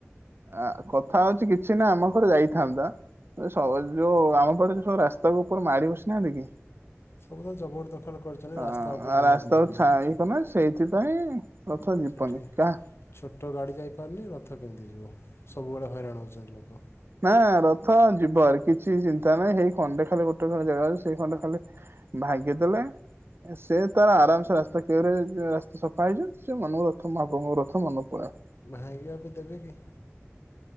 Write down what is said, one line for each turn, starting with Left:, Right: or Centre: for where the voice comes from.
Right: ଆ କଥା ହଉଛି କିଛି ନା ଆମ ଘର ଯାଇଥାନ୍ତା। ଏ ସ ଯୋଉ ଆମ ପଟେ ଯୋଉ ସବୁ ରାସ୍ତା ଉପରକୁ ମାଡ଼ିବସି ନାହାନ୍ତି କି।
Left: ସବୁ ତ ଜବରଦଖଲ କରିଛନ୍ତି
Right: ହଁ
Left: ରାସ୍ତା ଉପରେ
Right: ରାସ୍ତାକୁ
Left: ମାନେ ଇଏ
Right: ଛାଇକି
Left: କରିଛନ୍ତି।
Right: କିନେ ସେଇଥିପାଇଁ ଅଛନ୍ତି
Left: ସେଠି
Right: ପନିକା।
Left: ଛୋଟ ଗାଡ଼ି ଯାଇପାରୁନି ରଥ କେମିତି ଯିବ ସବୁବେଳେ ହଇରାଣ ହେଉଛନ୍ତି ଲୋକ।
Right: ନା ରଥ ଯିବ ଆରେ କିଛି ଚିନ୍ତା ନାହିଁ ସେଇ ଖଣ୍ଡେ ଖାଲି ଗୋଟେ ଖଣ୍ଡ ଜାଗା ଅଛି ସେଇ ଖଣ୍ଡେ ଖାଲି ଭାଙ୍ଗିଦେଲେ ସେ ତାର ଆରାମସେ ରାସ୍ତା କ୍ଲିଅର ହେଇଯାଇଚି ଆ ତ ସଫା ହେଇଯାଉ ସେ ମନକୁ ରଥ ମହାପ୍ରଭୁଙ୍କ ରଥ ମନେ ପଳାଅ।
Left: ଭାଙ୍ଗିଆକୁ ଦେବେକି।